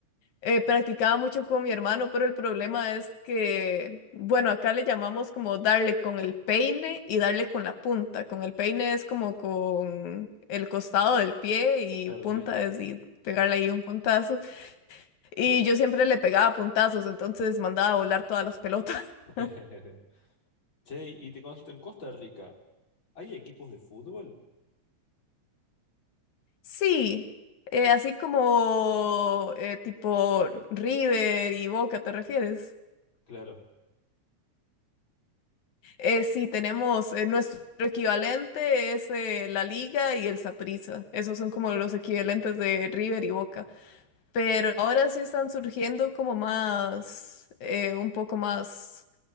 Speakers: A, on the left; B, on the left.
A: eh, practicaba mucho con mi hermano, pero el problema es que, bueno, acá le llamamos como darle con el peine y darle con la punta. Con el peine es como con el costado del pie y
B: claro,
A: punta
B: sí.
A: es y pegarle ahí un puntazo. Y yo siempre le pegaba puntazos, entonces mandaba a volar todas las pelotas. <laughs>
B: <laughs> Che, y te consulto, en Costa Rica, ¿hay equipos de fútbol?
A: Sí, eh, así como eh, tipo River y Boca, ¿te refieres?
B: Claro,
A: Eh, sí, tenemos eh, nuestro equivalente es eh, la Liga y el Saprissa. Esos son como los equivalentes de River y Boca. Pero ahora sí están surgiendo como más, eh, un poco más